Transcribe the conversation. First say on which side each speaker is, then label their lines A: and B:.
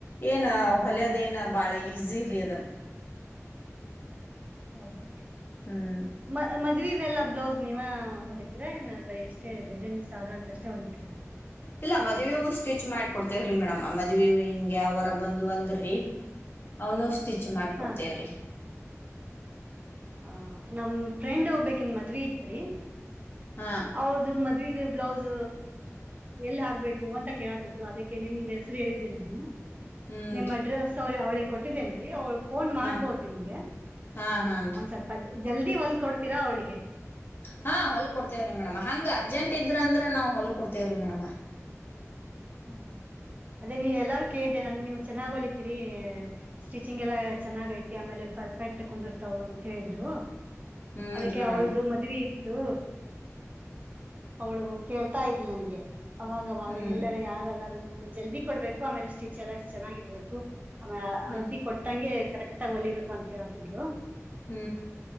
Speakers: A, on the left (about 45°); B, on the right (about 30°).
A: ಏನ ಹೊಲಿಯೋದೇನ ಬಾಳ ಈಜಿರಿ ಅದ
B: ಹೌದೇನ್
A: ಹ್ಮ್
B: ಮ ಮದ್ವಿ ನೀವೆಲ್ಲ ಬ್ಲೌಸ್ ನೀವ ಹೊಲಿತೀರಾ ಇನ್ನು ಬರೀ ಎಷ್ಟೇ ಡಿಸೈನ್ ಸಾದ ಅಂತ ಅಷ್ಟೇ ಹೊಲಿತೀರಾ
A: ಇಲ್ಲ ಮದ್ವೆವು ಸ್ಟಿಚ್ ಮಾಡ್ಕೊಡ್ತೇವ್ರಿ ಮೇಡಮ ಮದ್ವೇವು ಹಿಂಗೆ ಯಾವರ ಬಂದು ಅಂದುರಿ ಅವನಸ್ ಸ್ಟಿಚ್ ಮಾಡಕೊಡ್ತೇವ್ರೀ
B: ಹಾ ಹ ನಮ ಫ್ರೆಂಡ್ ಒಬ್ಬಾಕಿನ್ ಮದ್ವಿ ಇತ್ರಿ
A: ಹಾ
B: ಅವ್ಳ್ದು ಮದ ಸೀರೆ ಬ್ಲೌಸ್ ಎಲ್ಲಿ ಹಾಕ್ಬೇಕು ಅಂತ ಕೇಳತಿದ್ಲು ಅದಕ್ಕೆ ನಿಮ್ದ್ ಹೆಸರು ಹೇಳಿದ್ದೆ ನಾನು
A: ಹ್ಞೂನ್ರಿ
B: ನಿಮ್ ಅಡ್ರೆಸ ಅವಳ ಅವಳಿಗ ಕೊಟ್ಟಿದ್ದೇನ್ರೀ ಅವಳ ಫೋನ್ ಮಾಡ್ಬೋದು
A: ಹಾ
B: ನಿಮ್ಗೆ
A: ಹಾ ಹಾನ್ರಿ
B: ಒಂದ್ ಸ್ವಲ್ಪದ ಜಲ್ದಿ ಹೊಲ್ ಕೊಡ್ತೀರಾ ಅವಳಿಗೆ
A: ಹಾ ಹೊಲ್ ಕೊಡ್ತೇವ್ರಿ ಮೇಡಮ ಹಂಗ ಅರ್ಜೆಂಟ್ ಇದ್ರ ಅಂದ್ರ ನಾವು ಹೊಲ್ ಕೊಡ್ತೇವ್ರೀ ಮೇಡಮ
B: ಹಾ ಅದೇ ನೀ ಎಲ್ಲಾರು ಕೇಳ್ದೆ ನಾನು ನೀವು ಚೆನ್ನಾಗ್ ಹೊಲಿತೀರಿ ಸ್ಟಿಚಿಂಗ್ ಎಲ್ಲಾ ಚೆನ್ನಾಗ್ ಐತಿ ಆಮೇಲೆ ಪರ್ಫೆಕ್ಟ್ ಕುಂದಿರ್ತಾವ ಅಂತ ಹೇಳಿದ್ರು
A: ಹ್ಞೂನ್ರಿ
B: ಅದಕ್ಕೆ ಅವಳ್ದು
A: ಮೇಡಮ
B: ಮದ್ವಿ ಇ ತ್ತು ಅವಳು ಕೇಳ್ತಾ ಇದ್ಲ ನನಗೆ ಅವಾಗವಾಗ
A: ಹ್ಞೂ
B: ಎಲ್ಲರೆಯ ಜಲ್ದಿ ಕೊಡ್ಬೇಕು ಆಮೇಲೆ ಸ್ಟಿಚ್ ಎಲ್ಲ ಚೆನ್ನಾಗಿರ್ಬೇಕು ಆಮೇಲೆ
A: ಹ್ಞೂ
B: ಅಳತಿ ಕೊಟ್ಟಂಗೆ ಕರೆಕ್ಟ್ ಆಗಿ ಹೊಲಿಬೇಕು ಅಂತ ಹೇಳ್ತಿದ್ಲು
A: ಹ್ಮ್